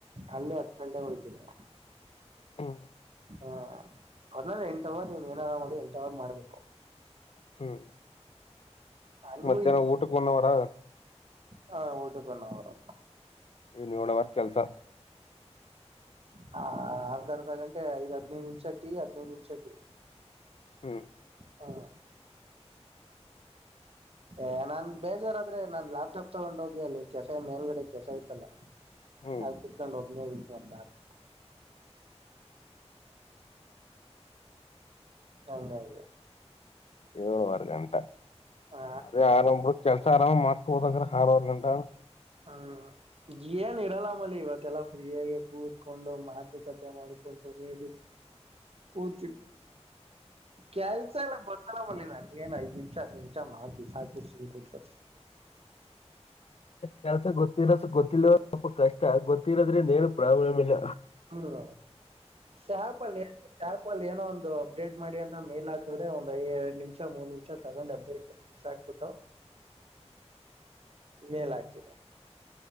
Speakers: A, on the right (about 60°); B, on the left (about 65°).
A: ಅಲ್ಲೆ ಹತ್ಕಂಡೆ ಹೋಯ್ತಿನಿ.
B: ಹ್ಮ
A: ಹ್ಮ ಅದ್ನೇ ಎಂಟ್ವರ್ ನೀನ್ ಏನಾರ ಮಾಡಿ ಎಂಟ್ವರ್ ಮಾಡ್ಬೇಕು.
B: ಹ್ಮ್
A: ಹಂಗು
B: ಮಧ್ಯಾಹ್ನ ಊಟಕ್ ವನ್ನವರ.
A: ಹಾ ಊಟಕ್ ವನ್ನವರು.
B: ಏನ್ ಯೊಳ್ ಅವರ್ ಕೆಲ್ಸ.
A: ಹ ಅರ್ಧ ಅರ್ಧ ಗಂಟೆ ಐದ್ ಹದ್ನೈದ್ ನಿಮ್ಷ ಟಿ ಹದ್ನೈದ್ ನಿಮ್ಷ ಟಿ.
B: ಹ್ಮ್
A: ಹಾ ಎ ನಾನ್ ಬೇಜಾರಾದ್ರೆ ನಾನ್ ಲ್ಯಾಪ್ಟಾಪ್ ತಗೊಂಡ್ ಹೋಗಿ ಅಲ್ಲಿ ಕೆಫೆ ಮೇಲ್ಗಡೆ ಕೆಫೆ ಐತಲ್ಲ.
B: ಹ್ಮ್
A: ಅಲ್ಕುತ್ಕೊಂಡ್ ಹೋಗ್ ವಾದಡ್ತಿನಿ. ಹಂಗಾಗಿ
B: ಏಳುವರ್ ಗಂಟ
A: ಆ
B: ಅದೇ ಆರಂಬ್ ಕೆಲ್ಸ ಆರಾಮ್ ಮಾಡ್ಕ್ ಹೋದಾದ್ರ ಆರ್ವರ್ ಗಂಟ.
A: ಹ್ಮ ಏನ್ ಇರಲ್ಲಮ್ಮಲ್ಲಿ ಇವತ್ತೆಲ್ಲಾ ಫ್ರೀಯಾಗೆ ಕೂತ್ಕೊಂಡು ಮಾತುಕತೆ ಮಾಡ್ಕೊಂಡು ರೇಗುಸ್ ಕುತ್ತಿದ್. ಕೆಲ್ಸ ಎಲ್ಲ ಬದಲಿ ಮಲ್ಲಿ ಐದ್ ನಿಮ್ಷ ಹತ್ ನಿಮ್ಷ ಮಾಡ್ ಬಿಸಾಕ್ ಸುಮ್ ಕುಂತ್ಕೊಂತೀನಿ.
B: ಕೆಲ್ಸ ಗೊತ್ತಿರೋ ಗೊತ್ತಿಿಲ್ಲವ ಸ್ವಲ್ಪ ಕಷ್ಟ ಗೊತ್ತಿರೋದ್ರಿಂದ ಏನು ಪ್ರಾಬ್ಲಮ್ ಇಲ್ಲ
A: ಹ್ಮ್ ಶ್ಯಾಪ ಅಲ್ಲಿ ಏ ಶ್ಯಾಪ ಅಲ್ಲಿ ಏನೋ ಒಂದು ಅಪ್ಡೇಟ್ ಮಾಡಿ ಅಂತ ಮೇಲ್ ಆಗ್ ಒಂದ್ಐ ಎರಡ್ ನಿಮಷ ಮೂರ್ ನಿಮಿಷ ತಗೊಂಡ್ ಅಪ್ಡೇಟ್ ಹಾಕ್ಬಿಟ್ಟು ಮೇ ಲತಿ